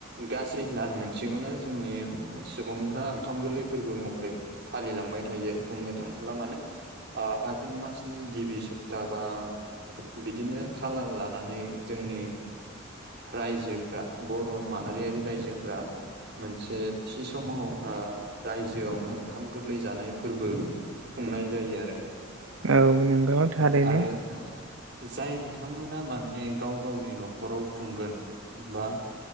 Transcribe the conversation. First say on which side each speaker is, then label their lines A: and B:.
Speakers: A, on the right; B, on the right.
A: गासै दान मोनसेखौनो जोंनि सुबुंफोरा ओंखाम गोरलै फोरबो महरै फालिलांबाय थायो बुंनो थाङोब्ला माने ओ आघोन मासनि गिबि सप्ता बा बिदिनो खालार लानानै जोंनि रायजो फ्रा बर' माहारियारि रायजोफोरा मोनसे थि समाव ओ रायजोआवनो ओंखाम गोरलै जानाय फोर्बो खुंनाय जायो आरो।
B: औ नंगौ। थारैनो
A: आरो जाय बिथांमोना माने गाव गावनि न'खराव खुंगोन बा